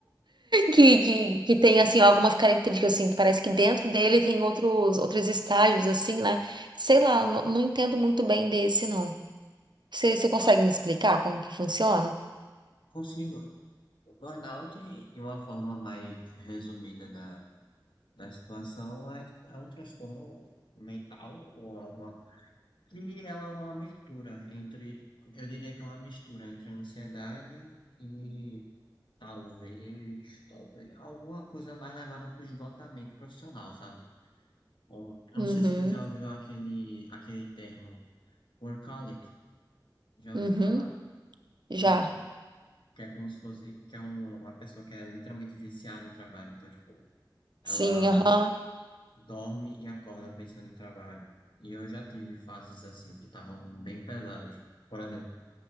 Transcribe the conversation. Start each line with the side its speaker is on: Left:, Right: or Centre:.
Left: Uhum.
Right: Que, que, que tem, assim, algumas características, assim, parece que dentro dele tem outros, outros estágios, assim, né? Sei lá, não, não entendo muito bem desse, não. Você você consegue
Left: concordo.
Right: me explicar como que funciona?
Left: Consigo. O burnout, de uma forma mais resumida da, da situação, é, tipo, é um transtorno mental ou alguma, que ela é uma mistura entre, eu diria que é uma mistura entre ansiedade e talvez, talvez alguma coisa mais levada para o esgotamento profissional, sabe? Bom, eu
Right: Uhum,
Left: não sei se tu já ouviu aquele, aquele termo workaholic, já
Right: uhum,
Left: ouviu falar?
Right: já.
Left: Pronto, que é como se fosse, que é um- uma pessoa que é literalmente viciada em trabalho, então, tipo, ela
Right: Sim, aham.
Left: dorme e acorda pensando em trabalho. E eu já tive fases assim, que estavam bem pesadas. Por exemplo,